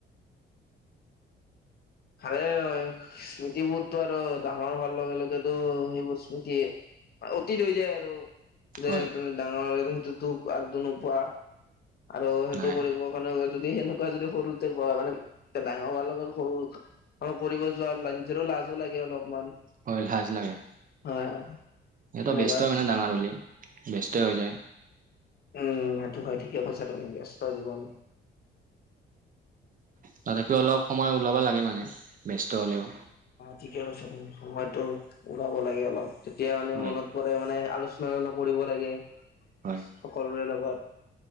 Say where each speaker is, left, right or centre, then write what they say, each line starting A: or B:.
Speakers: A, on the left (about 50°); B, on the right (about 45°).
A: আৰে হয়, স্মৃতি বোৰটো আৰু ডাঙৰ হোৱাৰ লগে লগেতো সেইবোৰ স্মৃতি অতীত হৈ যায় আৰু যে
B: হয়
A: তুমি ডাঙৰ হৈ হেইতোকটো আৰুতো নোপোৱা। আৰু সেইটো
B: নাই
A: কৰিবৰ কাৰণে যদি সেনেকুৱা যদি সৰুতে কোৱা, মানে এ ডাঙৰ হোৱাৰ লগত সৰু অ' কৰিব যোৱা নিজৰো লাজো লাগে অলপমান
B: হয়, লাজ লাগে।
A: হয়
B: এটো
A: সেনেকুৱা
B: ব্যস্ত হয় না ডাঙৰ হ'লি ব্যস্ত হৈ যায়।
A: উম। সেইটো হয়, ঠিকেই কৈছা তুমি ব্যস্ত জীৱন।
B: তথাপিও অলপ সময় ওলাব লাগে মানে ব্যস্ত হ'লেও।
A: ঠিকেই কৈছা তুমি, সময়টো ওলাব লাগে অলপ। তেতিয়া মানে
B: হয়
A: মনত গ'লে মানে আলোচনা কৰিব লাগে,
B: হয়
A: সকলোৰে লগত